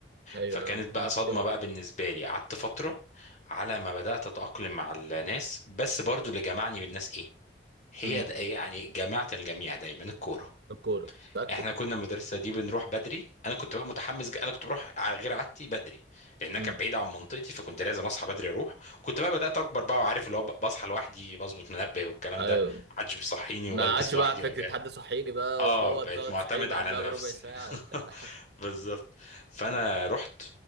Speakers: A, on the right; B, on the left.
A: ايوه
B: فكانت
A: أيوة،
B: بقى
A: مشكلة
B: صدمة بقى بالنسبة لي قعدت فترة على ما بدأت أتأقلم مع الناس بس برضو اللي جمعني بالناس إيه هي
A: امم
B: د- يعني جماعة الجميع دايما الكورة
A: الكورة متأكد
B: احنا كنا المدرسة دي بنروح بدري انا كنت بقى متحمس جدا انا كنت بروح على غير عادتي بدري لانها
A: امم
B: كانت بعيدة عن منطقتي فكنت لازم اصحى بدري اروح وكنت بقى بدأت اكبر بقى وعارف اللي هو ب- بصحى لوحدي بظبط منبه والكلام
A: ايوه
B: ده محدش بيصحيني
A: ما
B: وبلبس
A: عادش
B: لوحدي
A: بقى فكرة
B: وأجهز.
A: حد صحيني بقى
B: اه
A: وبابا
B: بقيت
A: تقعد
B: معتمد
A: تصحيني بقى
B: على
A: قبلها
B: نفسي
A: بربع ساعة
B: <laughs>
A: وبتاع
B: بالظبط
A: <laughs>
B: فانا
A: اه
B: رحت